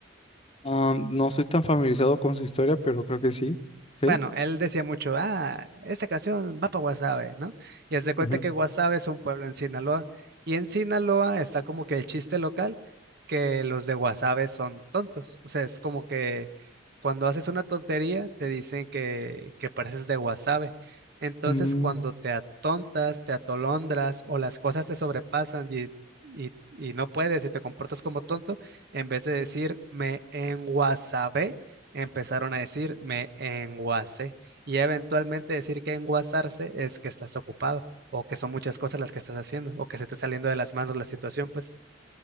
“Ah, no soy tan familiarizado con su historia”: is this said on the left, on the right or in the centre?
Left